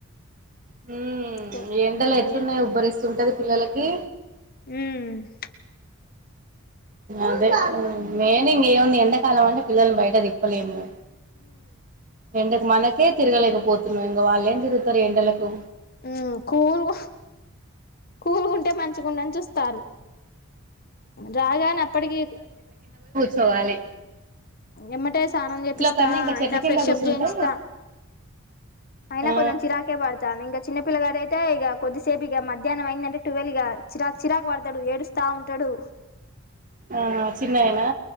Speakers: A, on the right; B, on the left.
A: హ
B: మ్మ్
A: ఎండలు ఎట్లున్నాయ్ ఉబ్బరిస్త ఉంటది పిల్లలకి
B: మ్మ్
A: అదే మేను ఇగ ఏముంది ఎండకి తలవాంట పిల్లలు బయట తిప్పలేము ఎండకు మనకు తి తిరగలేకపోతున్నావు ఇంకా వాళ్ళు ఏం తిగుతారు ఎండలకు
B: ఉ కూలు కూలుగుంటే మంచి చ్చకుడాని చూస్తారు రాగానే అప్పటికి
A: చవాలి
B: ఎమ్మటే స్థానం చేపిస్తా
A: కన్నా ఇంకా
B: అయినా
A: చెట్ల కింద
B: ఫ్రెషప్
A: కూర్చుంటే
B: చేయించస్తా అయినా
A: ఆ
B: కొంచెం చిరాకే బడతా ఇంకా చిన్న పిల్ పిల్లగాడ అయితే ఇక కొద్దిసేపు ఇక మధ్యాహ్నం అయిందంటే టువెల్ ఇక చిరా చిరాకు పడతాడు ఏడుస్తా ఉంటాడు
A: ఆ చిన్నయనా